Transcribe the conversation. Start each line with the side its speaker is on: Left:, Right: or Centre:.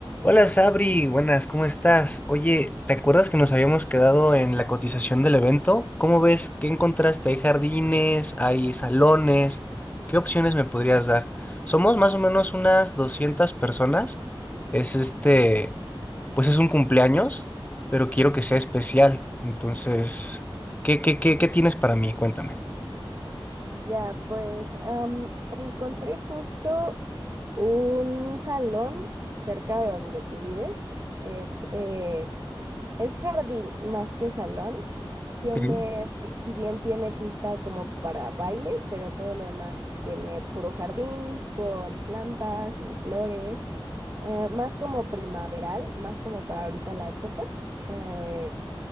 Left: Hola Sabri, buenas, ¿cómo estás? Oye, ¿te acuerdas que nos habíamos quedado en la cotización del evento? ¿Cómo ves? ¿Qué encontraste? ¿Hay jardines? ¿Hay salones? ¿Qué opciones me podrías dar? Somos más o menos unas 200 personas. Es este, pues es un cumpleaños, pero quiero que sea especial. Entonces, ¿qué, qué, qué, qué tienes para mí? Cuéntame.
Right: Ya, pues am, encontré justo un salón cerca de donde tú vives. Es, eh, es jardín más que salón. Tiene,
Left: Ok,
Right: si si bien tiene pista como para baile, pero todo lo demás tiene puro jardín con plantas y flores. eh, más como primaveral, más como para ahorita la época. eh,